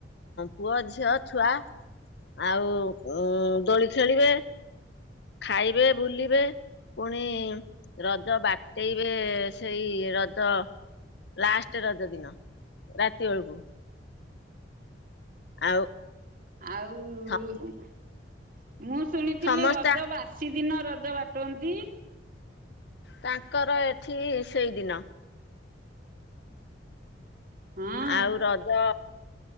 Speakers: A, on the left; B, on the right.
A: ପୁଅ ଝିଅ ଛୁଆ ଆଉ ଉଁ ଦୋଳି ଖେଳିବେ। ଖାଇବେ ବୁଲିବେ। ପୁଣି ରଜ ବାଟେଇବେ ସେଇ ରଜ ଲାଷ୍ଟ ରଜ ଦିନ ରାତି ବେଳୁକୁ। ଆଉ
B: ଆଉ
A: ସ-
B: ମୁଁ ଶୁଣିଥିଲି
A: ସମସ୍ତେ
B: ରଜ ବାସି ଦିନ ରଜ ବାଟୁଅନ୍ତି।
A: ତାଙ୍କର ଏଠି ସେଇଦିନ।
B: ହଁ
A: ଆଉ ରଜ